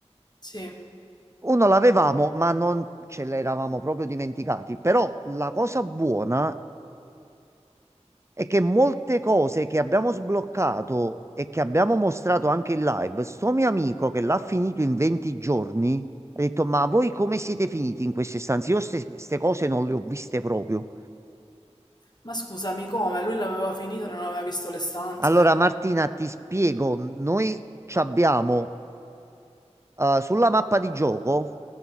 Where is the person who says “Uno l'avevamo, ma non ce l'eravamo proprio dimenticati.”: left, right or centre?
Right